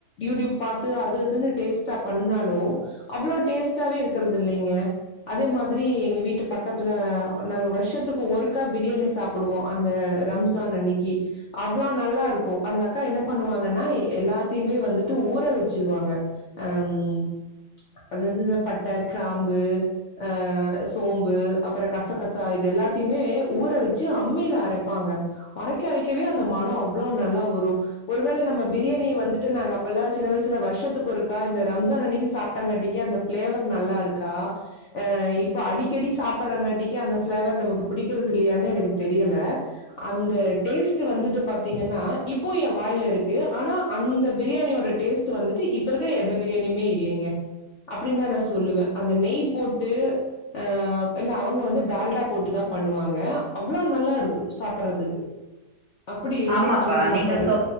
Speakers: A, on the left (about 60°); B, on the right (about 55°).
A: யூடியூப் பாத்து அது இதுன்னு டேஸ்ட் பண்ணனாலும் அவ்வளவு டேஸ்டாவே இருக்கிறது இல்லைங்க அதே மாதிரி மாதிரி எங்க வீட்டு பக்கத்துல நாங்க வர்ஷத்துக்கு ஒருக்கா பிரியாணி சாப்டுவோ அந்த ரம் புத்தாண்டு அன்னைக்கு அவ்ளா நல்லா இருக்கு அந்த அக்கா என்ன பண்ணுவாங்கன்னா எல்லாத்தையுமே வந்து விட்டு ஊற வச்சிருவாங்க அம் அது வந்து இந்த பட்ட கிராம்பு அ சோம்பு அப்றோ கசகசா இது எல்லாத்தியுமே ஊற வச்சு அம்மில அரைப்பாங்க அரைக்க அரைக்கவே அந்த மனம் அவ்ளோ நல்லா வரு ஒரு வேள நம்ம பிரியாணிய வந்துட்டு நாங்க இப்பல்லா சின்ன வயசுல வர்ஷத்துக்கு ஒருக்கா இந்த ரம்ஜான் அன்னைக்கு சாப்ட்டாகட்டிக்கு அந்த ஃபிளேவர் நல்லா இருக்கா அ இப்போ அடிக்கடி சாப்புட்றங்காட்டிக்கு அந்த ஃபிளேவர் நமக்கு பிடிக்கிறது இல்லையான்னு எனக்கு தெரில அந்த டேஸ்ட்டு வந்துட்டு பாத்திங்கன்னா இப்போ என வாயில்ல இருக்கு ஆனா அந்த பிரியாணியோட டேஸ்ட்டு வந்துட்டு இப்ப இருக்க எந்த பிரியாணியுமே இல்லைங்க அப்டின்தா நா சொல் சொல்லுவே அந்த நெய் போட்டு ஆ இல்ல அவுங்க வந்து டால்டா போட்டுதா பண்ணுவாங்க அவ்வளவு நல்லாருக்கு சாப்பிட்றதுக்கு அப்டி இருக்கு
B: ஆமாப்பா
A: அந்த சாப்பாடு
B: நீங்க சொ